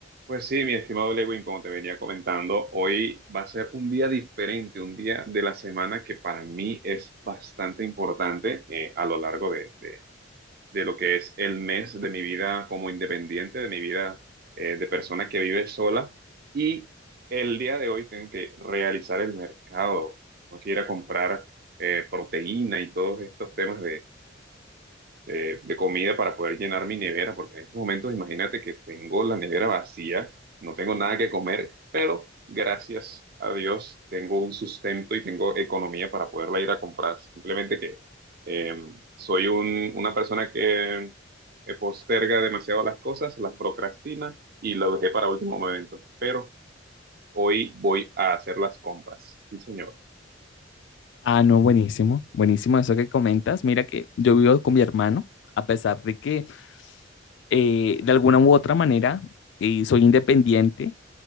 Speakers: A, on the right; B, on the left.
A: Pues sí, mi estimado Lewin, como te venía comentando, hoy va a ser un día diferente, un día de la semana que para mí es bastante importante eh, a lo largo de, de- de lo que es el mes de mi vida como independiente, de mi vida eh, de persona que vive sola. Y el día de hoy tengo que realizar el mercado, tengo que ir a comprar eh, proteína y todos estos temas de, de comida para poder llenar mi nevera, porque en estos momentos imagínate que tengo la nevera vacía, no tengo nada que comer, pero gracias a Dios tengo un sustento y tengo economía para poderla ir a comprar. Simplemente que eh, soy un- una persona que eh, posterga demasiado las cosas, las procrastina y lo dejé para último momento, pero hoy voy a hacer las compras. Sí, señor.
B: Ah, no, buenísimo, buenísimo eso que comentas. Mira que yo vivo con mi hermano, a pesar de que eh, de alguna u otra manera eh, soy independiente,